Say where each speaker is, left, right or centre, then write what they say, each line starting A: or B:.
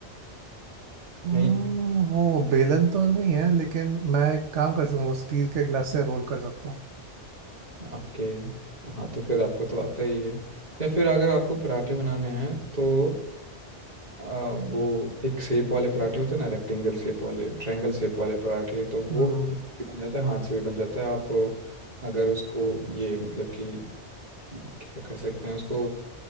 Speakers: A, on the right; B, on the right.
A: हम्म,
B: नहीं
A: वो बेलन तो नहीं है लेकिन मैं एक काम कर सकता हूँ वो स्टील के गिलास से रोल कर सकता हूँ
B: ओके हाँ तो फिर आपको तो आता ही है या फिर अगर आपको पराठे बनाने हैं तो अ, वो एक शेप वाले पराठे होते हैं ना रेक्टेंगल शेप वाले ट्रायंगल शेप वाले पराठे तो वो
A: हम्म
B: भी बन जाता है हाथ से भी बन जाता है आप अगर उसको ये मतलब कि क्या कह सकते हैं उसको